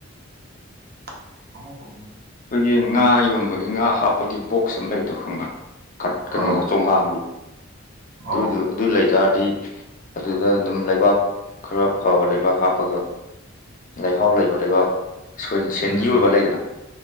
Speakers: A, on the right; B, on the left.
A: <inaudible>
B: ꯑꯩꯈꯣꯏꯒꯤ ꯉꯥ ꯌꯣꯟꯕꯒꯤ ꯉꯥ ꯍꯥꯞꯄꯒꯤ ꯕꯣꯛꯁ ꯑꯃ ꯂꯩꯕꯗꯣ ꯈꯪꯕ꯭ꯔ ꯀꯠ
A: ꯑꯧ
B: ꯀ ꯆꯨꯡꯒꯥꯡ
A: ꯑꯧ
B: ꯑꯗꯨ ꯑꯗꯨ ꯂꯩꯇꯥꯥꯔꯗꯤ ꯑꯗꯨꯗ ꯑꯗꯨꯝ ꯂꯩꯕꯥꯛ ꯈꯔ ꯐꯕ ꯂꯩꯕꯥꯛ ꯍꯥꯞꯄꯒ ꯂꯩꯍꯥꯎ ꯂꯩꯕ ꯂꯩꯕꯥꯛ ꯁꯦꯟꯗꯤ
A: ꯎꯝ
B: ꯑꯣꯏꯕ ꯂꯩꯗꯅ